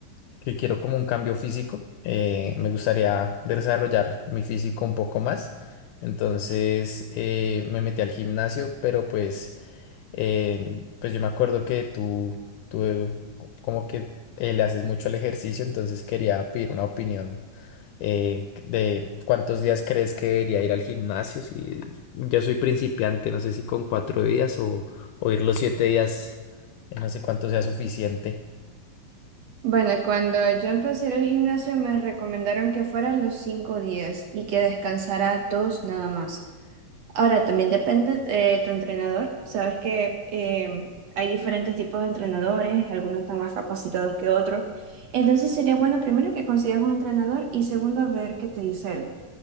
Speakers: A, on the left; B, on the right.
A: que quiero como un cambio físico. eh, me gustaría desarrollar mi físico un poco más. Entonces eh, me metí al gimnasio, pero pues, eh, pues yo me acuerdo que tú, tú eh, como que eh, le haces mucho al ejercicio, entonces quería pedir una opinión eh, de cuántos días crees que debería ir al gimnasio. Si yo soy principiante, no sé si con cuatro días o, o ir los siete días, eh, no sé cuánto sea suficiente.
B: Bueno, cuando yo empecé a ir al gimnasio me recomendaron que fueran los cinco días y que descansara dos nada más. Ahora, también depende de tu entrenador. Sabes que eh, hay diferentes tipos de entrenadores, algunos están más capacitados que otros. Entonces sería bueno primero que consigas un entrenador y segundo ver qué te dice él.